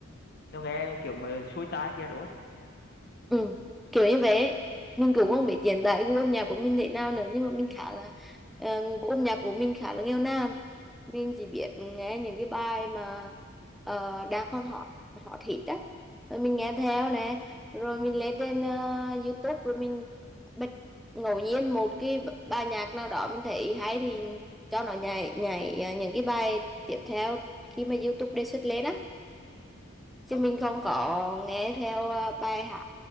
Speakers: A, on the left; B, in the centre.
A: nó nghe kiểu mà xuôi tai kia đúng không?
B: ừ. kiểu như vậy mình cũng không biết hiện tại gu âm nhạc của mình thế nào nữa nhưng mà mình khá là uh, gu âm nhạc của mình khá là nghèo nàn mình chỉ biết nghe những cái bài mà ờ, đang còn hot hot hit á rồi mình nghe theo nè rồi mình lên trên ờ, YouTube rồi mình bật ngẫu nhiên một cái b- bài nhạc nào đó mình thấy hay thì cho nó nhảy nhảy ờ, những cái bài tiếp theo khi mà YouTube đề xuất lên á chứ
A: Ờ,
B: mình không có nghe theo ờ, bài hát